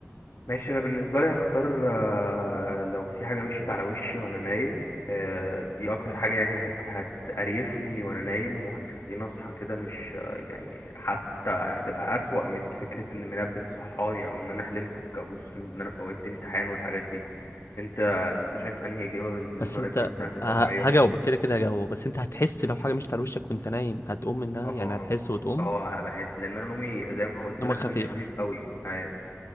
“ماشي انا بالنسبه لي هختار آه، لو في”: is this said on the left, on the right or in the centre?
Left